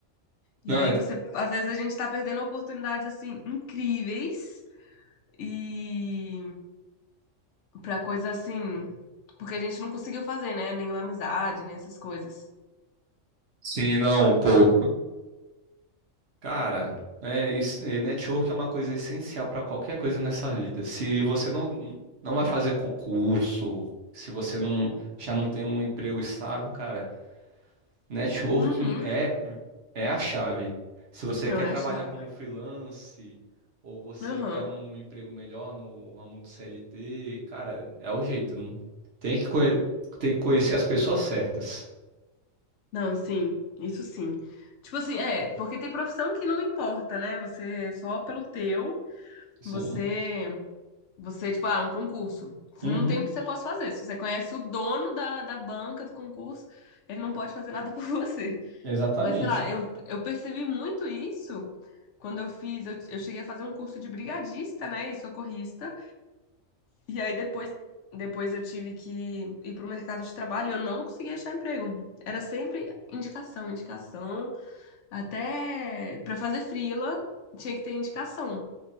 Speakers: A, on the left; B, on the right.
A: E
B: Não,
A: aí
B: é-
A: você, às vezes a gente tá perdendo oportunidades assim incríveis e pra coisa assim, porque a gente não conseguiu fazer, né? Nenhuma amizade, né? Essas coisas.
B: sim, não, pô. Cara, é, isso, é, network é uma coisa essencial para qualquer coisa nessa vida. Se você não, não vai fazer concurso, se você não já não tem um emprego estável, cara. Networking
A: Uhum.
B: é, é a chave. Se você
A: Não,
B: quer
A: é
B: trabalhar
A: a chave.
B: como freelance ou você
A: Aham.
B: quer um emprego melhor no ramo do CLT, cara, é o jeito. não- Tem que, conhe- tem que conhecer as pessoas certas.
A: Não, sim, isso sim. Tipo assim, é, porque tem profissão que não importa, né? Você é só pelo teu,
B: Sim.
A: você Você, tipo, ah, um concurso. Você
B: Uhum,
A: Não tem o que você possa fazer. Se você conhece o dono da, da banca do concurso, ele não pode fazer nada <laughs> por você.
B: exatamente.
A: Mas, sei lá, eu, eu percebi muito isso quando eu fiz. Eu, eu cheguei a fazer um curso de brigadista, né, e socorrista. E aí depois, depois eu tive que ir para o mercado de trabalho e eu não conseguia achar emprego. Era sempre indicação, indicação. Até para fazer freela, tinha que ter indicação.